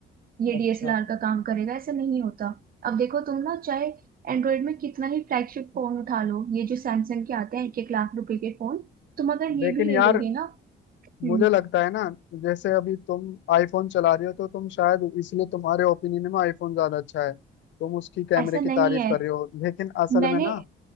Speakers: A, on the right; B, on the left.
A: ये
B: अच्छा
A: डीएसएलआर का काम करेगा ऐसा नहीं होता अब देखो तुम ना चाहे एंड्रॉइड में कितना ही फ्लैगशिप फोन उठा लो ये जो सैमसंग के आते हैं एक एक लाख रुपए के फोन तुम अगर ये
B: लेकिन
A: भी ले
B: यार
A: लोगे ना हम्म
B: मुझे लगता है ना जैसे अभी तुम आईफोन चला रही हो तो तुम शायद इसलिए तुम्हारे ओपिनियन में आईफोन ज्यादा अच्छा है तुम उसकी कैमरे
A: ऐसा
B: की
A: नहीं
B: तारीफ
A: है
B: कर रहे हो लेकिन असल
A: मैंने
B: में ना